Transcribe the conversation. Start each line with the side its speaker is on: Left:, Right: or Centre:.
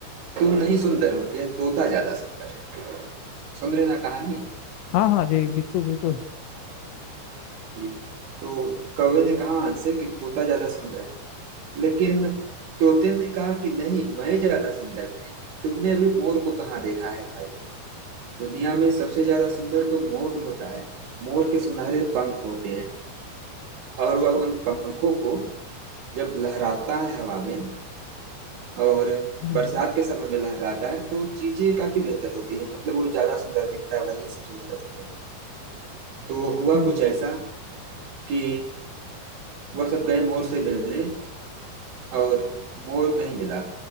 Right: तुम नहीं सुंदर हो यह तोता ज्यादा सुंदर है सुन रहे ना कहानी
Left: हाँ हाँ जी बिल्कुल बिल्कुल
Right: जी तो कौवे ने कहा हंस से कि तोता ज्यादा सुंदर है लेकिन तोते ने कहा कि नहीं मैं ज्यादा सुंदर नहीं तुमने अभी मोर को कहाँ देखा है भाई दुनिया में सबसे ज्यादा सुंदर तो मोर होता है मोर के सुनहरे पंख होते हैं और वह उन पंखों को जब लहराता है हवा में और
Left: हम्म
Right: बरसात के समय में लहराता है तो चीजें काफी बेहतर होती है मतलब वो ज्यादा सुंदर दिखता है वही सबसे ज्यादा सुंदर तो हुआ
Left: हम्म
Right: कुछ ऐसा कि वह सब गए मोर से मिलने और मोर नहीं मिला